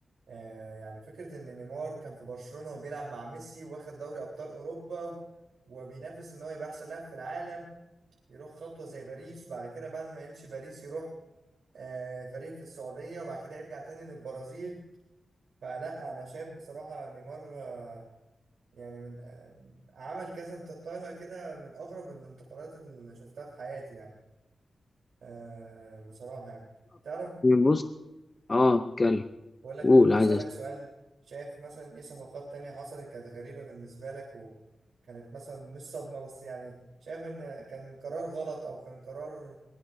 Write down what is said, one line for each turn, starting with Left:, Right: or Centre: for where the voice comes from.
Right: آه يعني فكرة ان نيمار كان في برشلونة وبيلعب مع ميسي واخد دوري ابطال اوروبا و- وبينافس ان هو يبقى احسن لاعب في العالم يروح خطوة زي باريس وبعد كده بعد ما يمشي باريس يروح آه فريق في السعودية وبعد كده يرجع تاني للبرازيل فلا انا شايف بصراحة نيمار آه، يعني من آه، عمل كذا انتقالة كده من أغرب الانتقالات اللي شفتها في حياتي يعني آه بصراحة يعني تعرف
Left: بص اه اتكلم
Right: بقول لك
Left: قول
Right: كنت أسألك
Left: عايز أسمع.
Right: سؤال شايف مثلا إيه صفقات تانية حصلت كانت غريبة بالنسبة لك وكانت مثلا مش صدمة بس يعني شايف إن كان قرار غلط أو كان قرار